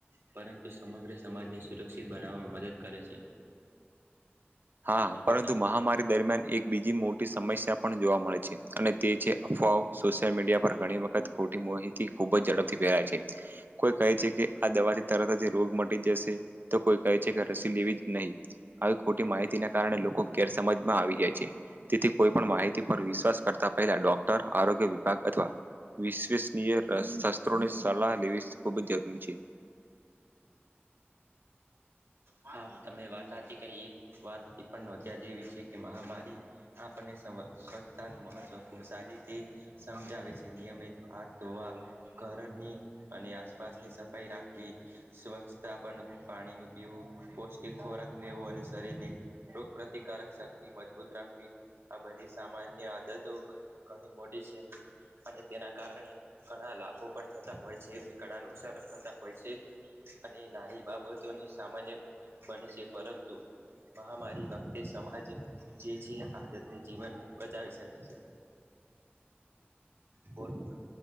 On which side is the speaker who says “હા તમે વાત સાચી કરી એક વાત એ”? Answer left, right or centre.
Right